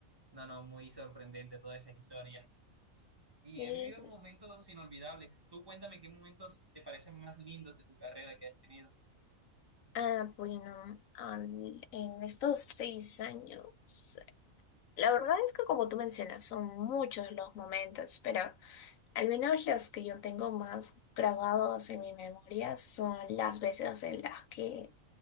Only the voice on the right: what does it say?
No, no, muy sorprendente toda esa historia.
Y he vivido momentos inolvidables. Tú cuéntame qué momentos te parecen más lindos de tu carrera que has tenido.